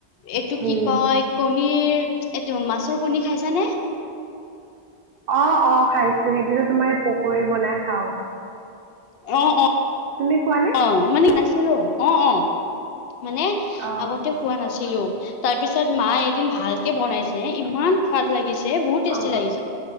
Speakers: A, on the left; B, on the right.
A: এইটো
B: উম।
A: কি কয় কণীৰ এইটো মাছৰ কণী খাইছা নে?
B: অ অ খাইছোঁ সেইটোতো তোমাৰ পকৰি বনাই খাওঁ।
A: অ অ,
B: তুমি খোৱানে
A: অ মানে নাছিলো অ অ। মানে
B: অ
A: আগতে খোৱা নাছিলো
B: হয়
A: তাৰ পিছত মাই এদিন ভালকে বনাইছে ইমান সোৱাদ লাগিছে বহুত টেষ্টি
B: অ
A: লাগিছে।